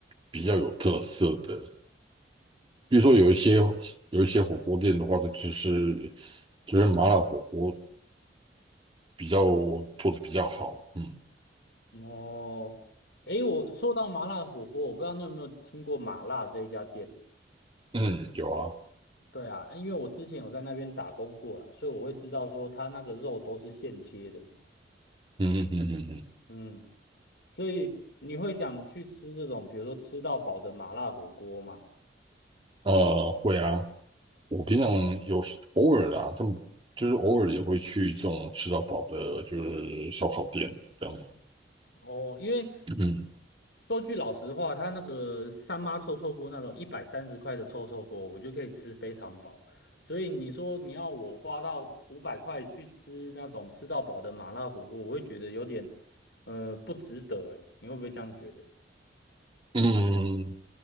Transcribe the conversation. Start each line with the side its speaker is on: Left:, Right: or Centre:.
Right: 比较有特色的。比如说有一些有一些火锅店的话，它就是就是麻辣火锅比较做的比较好。嗯
Left: 哦，诶，我说到麻辣火锅，我不知道你有没有听过麻辣这一家店？
Right: 嗯，有啊，
Left: 对啊，因为我之前有在那边打工过啦，所以我会知道说它那个肉都是现切的。
Right: 嗯嗯嗯嗯嗯，
Left: 嗯，所以你会想去吃这种，比如说吃到饱的麻辣火锅吗？
Right: 呃，会啊。我平常有时偶尔啦，他们就是偶尔也会去这种吃到饱的，就是烧烤店这样的。
Left: 哦，因为
Right: 嗯
Left: 说句老实话，他那个三妈臭臭锅那种一百三十块的臭臭锅，我就可以吃非常饱。所以你说你要我花到五百块去吃那种吃到饱的麻辣火锅，我会觉得有点呃不值得诶，你会不会这样觉得？
Right: 嗯，